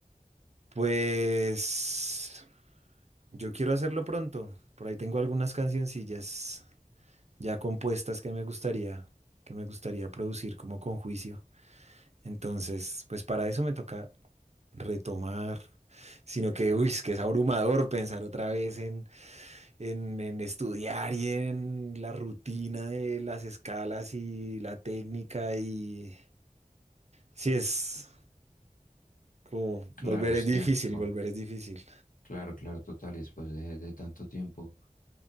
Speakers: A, on the right; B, on the left.
A: Pues yo quiero hacerlo pronto. Por ahí tengo algunas cancioncillas ya compuestas que me gustaría, que me gustaría producir como con juicio. Entonces, pues para eso me toca retomar, sino que, uy, es que es abrumador pensar otra vez en, en, en estudiar y en la rutina de las escalas y la técnica y sí es como
B: Claro,
A: volver
B: es
A: es difícil,
B: tiempo.
A: volver es difícil.
B: Claro, claro, total. Y después de, de tanto tiempo,